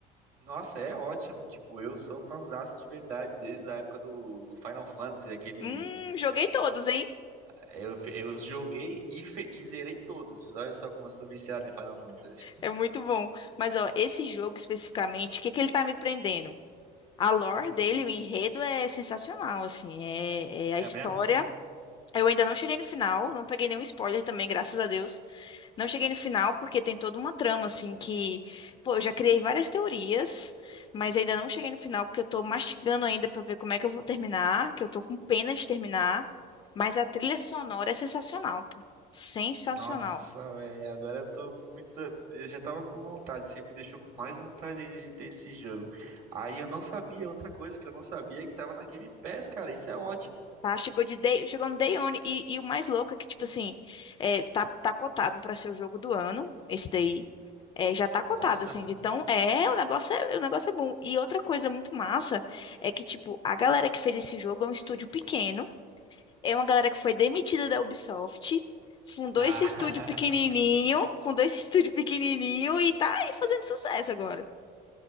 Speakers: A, on the right (about 45°); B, on the left (about 30°).
A: Nossa, é ótimo. Tipo, eu sou fãzaço de verdade desde a época do, do Final Fantasy, aquele.
B: Hum, joguei todos,
A: Eu, fe- eu joguei e, fe- e zerei todos. Olha só como eu sou viciado em Final Fantasy.
B: É muito bom. Mas, ó, esse jogo especificamente, o que que ele tá me prendendo? A lore
A: Hum,
B: dele, o enredo é sensacional, assim, é, é a
A: é
B: história.
A: mesmo?
B: Eu ainda não cheguei no final, não peguei nenhum spoiler também, graças a Deus. Não cheguei no final porque tem toda uma trama, assim, que, pô, eu já criei várias teorias, mas ainda não cheguei no final porque eu tô mastigando ainda pra ver como é que eu vou terminar, que eu tô com pena de terminar. Mas a trilha sonora é sensacional, pô. Sensacional.
A: Nossa, velho, agora eu tô muito. Eu já tava com vontade, você me deixou com mais vontade ainda de ter esse jogo. Aí eu não sabia, outra coisa que eu não sabia é que tava na Game Pass, cara, isso é ótimo.
B: Tá, chegou de day, chegou no Day One. E, e o mais louco é que, tipo assim, é, tá, tá cotado pra ser o jogo do ano, esse daí. É, já tá cotado,
A: Nossa.
B: assim, de tão. É, o negócio é, o negócio é bom. E outra coisa muito massa é que, tipo, a galera que fez esse jogo é um estúdio pequeno. É uma galera que foi demitida da Ubisoft, fundou
A: Ah,
B: esse estúdio pequenininho,
A: <laughs>
B: fundou esse <laughs> estúdio pequenininho e tá aí fazendo sucesso agora.